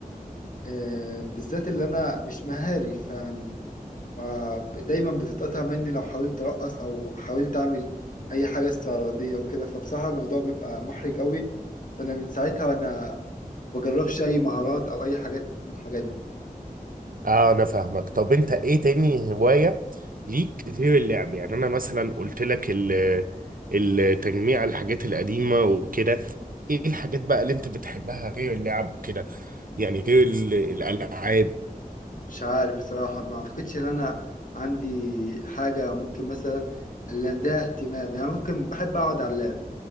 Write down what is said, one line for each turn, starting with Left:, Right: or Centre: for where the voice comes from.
Left: آه، بالذات اللي انا مش مهاري فيعني ما دايما بتتقطع مني لو حاولت ارقص او حاولت اعمل اي حاجه استعراضيه وكده فبصراحه الموضوع بيبقى محرج قوي فانا من ساعتها وانا ما بجربش اي مهارات او اي حاجات من الحاجات دي
Right: اه انا فاهمك طب انت ايه تاني هوايه ليك غير اللعب يعني انا مثلا قلت لك ال- التجميع الحاجات القديمه وكده ايه الحاجات بقى اللي انت بتحبها غير اللعب وكده يعني غير ال- الالعاب
Left: مش عارف بصراحة ما أعتقدش إن أنا عندي حاجة ممكن مثلا اللي ده اهتمام يعني ممكن بحب أقعد على اللاب